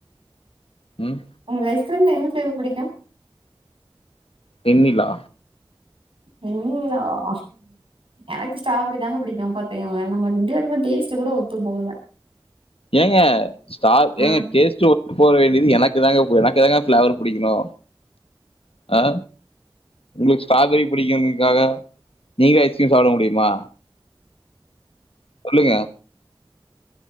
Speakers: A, on the left; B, on the right.
A: ம்
B: உங்களுக்கு ஐஸ்க்ரீம் ல என்ன ஃப்ளேவர் பிடிக்கு
A: வெண்ணிலா
B: வெண்ணிலாவா எனக்கு ஸ்ட்ராபெரி தாங்க பிடிக்கும் பாத்தீங்களா நம்ம ரெண்டு பேருக்கு டேஸ்ட் கூட ஒத்து போகல
A: ஏங்க ஸ்டா
B: ம்
A: ஏங்க டேஸ்ட் ஒத்து போக வேண்டியது எனக்கு தாங்க எனக்கு தாங்க பிளேவர் பிடிக்கணு ஆ உங்களுக்கு ஸ்ட்ராபெரி பிடிக்குங்கிறதுக்காக நீங்க ஐஸ்கிரீம் சாப்ட முடியுமா சொல்லுங்க